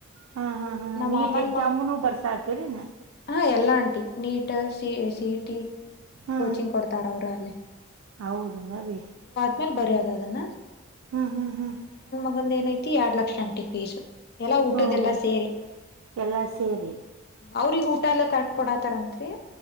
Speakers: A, on the right (about 85°); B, on the left (about 50°).
A: ಹಾ ಹಾ ಹಾ
B: ನಮ್
A: ನೀಟ್
B: ಮಾಮನ್
A: ಎಕ್ಸಾಮ್ನು
B: ಮಗ
A: ಬರ್ಸಾತರಿ ನ
B: ಹಾ ಎಲ್ಲ ಆಂಟಿ ನೀಟ್ ಸಿ ಸಿಟಿ
A: ಹಾ
B: ಕೋಚಿಂಗ್ ಕೊಡ್ತಾರ ಅವರು ಅಲ್ಲೇ
A: ಹೌದು ನವೆೀ <unintelligible>
B: ಆೇಲೆ ಬರಿಯದ ಅದನ್ನ <inaudible>
A: ಹ್ಮ್ ಹ್ಮ್ ಹ್ಮ್
B: ಒಂದ್ ಏನೈಐತಿ ಎರಡ್ ಲಕ್ಷಂಟ ಫೀಸ್ ಎಲ್ಲಾ ಉಟ್ಟದೆ
A: ಹೋಗ
B: ಎಲ್ಲ ಸೇರಿ್ಮ
A: ಎಲ್ಲಾ ಸೇರಿ
B: ಅವ್ರಿಗೆ ಊಟ ಎಲ್ಲಾ ಕರೆಕ್ಟ್ ಕೊಡತಾರಂರಿ